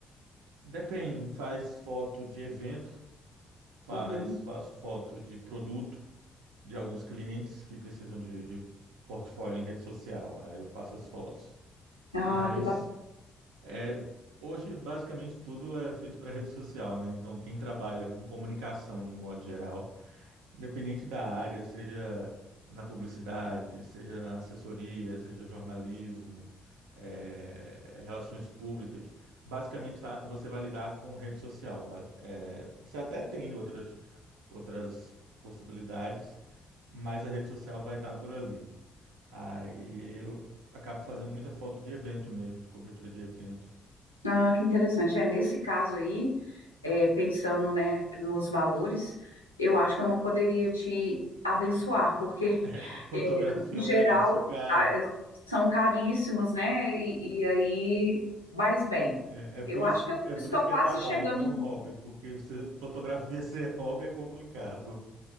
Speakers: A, on the right (about 70°); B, on the left (about 85°).
A: depende, faz foto de evento, faz,
B: Uhum.
A: faz foto de produto de alguns clientes que precisam de, de portfólio em rede social, aí eu faço as fotos.
B: Ah,
A: Mas
B: que bacana.
A: é, Hoje, basicamente, tudo é feito para rede social, né? Então, quem trabalha com comunicação de um modo geral independente da área, seja na publicidade, seja na assessoria, seja jornalismo, eh, relações públicas, basicamente tá- você vai lidar com rede social. ba- eh, você até tem outras, outras possibilidades, mas a rede social vai estar por ali. Aí eu acabo fazendo muita foto de evento mesmo, de cobertura de evento.
B: Ah, que interessante. É, nesse caso aí. é, pensando, né, nos valores, eu acho que eu não poderia te abençoar, porque, <laughs>
A: <laughs> Fotografia
B: é, em
A: é
B: geral,
A: um negócio caro.
B: a- é, são caríssimos, né? E, e aí, mas bem,
A: É, é por
B: eu acho
A: isso que,
B: que eu
A: é por
B: estou
A: isso que
B: quase
A: é trabalho,
B: chegando.
A: não hobby, porque você fotografia <laughs> ser hobby é complicado.